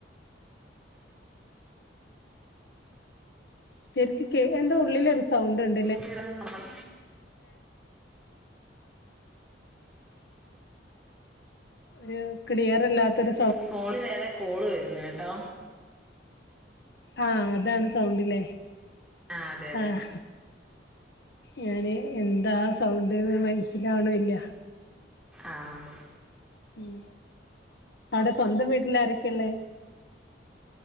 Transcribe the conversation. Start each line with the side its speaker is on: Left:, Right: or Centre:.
Left: ശരിക്ക കേ എന്താ ഉള്ളിലൊരു സൗണ്ട് ണ്ട്
Centre: തീറ നമ്മളെ
Left: ഒരു കിളിയറല്ലാത്തോരു
Centre: ഫോണ് വേറെ കോള് വരുന്നേ ട്ടോ
Left: ആഹ് അതാണ് സൗണ്ട് ല്ലേ
Centre: ആ അതെ അതെ
Left: ആഹ് ഞാന് എന്താ സൗണ്ട്ന്ന് മനസിലാവുണില്ല
Centre: ആഹ്
Left: ഉം അവിടെ സ്വന്തം വീട്ടില ആരൊക്കെയ ഉള്ളേ?